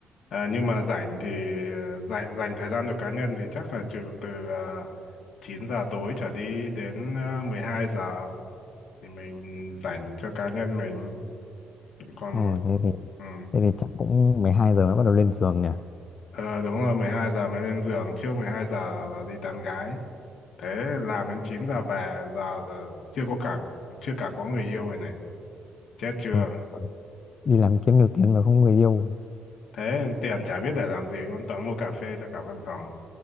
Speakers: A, on the left; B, on the left.
A: Ờ, nhưng mà rảnh thì dành, dành thời gian cho cá nhân thì chắc là trừ từ uh, 9 giờ tối trở đi đến ờ, 12 giờ thì mình dành cho cá nhân mình còn
B: ừ, thế thì
A: ừ.
B: thế thì chắc cũng 12 giờ mới bắt đầu lên giường nhỉ
A: Ờ, đúng rồi 12 giờ mới lên giường trước 12 giờ là đi tán gái thế làm đến 9 giờ về giờ là chưa có cả chưa cả có người yêu rồi này chết chưa
B: ừ, đi làm kiếm nhiều tiền mà không người yêu
A: thế tiền chả biết để làm gì luôn toàn mua cà phê cho cả văn phòng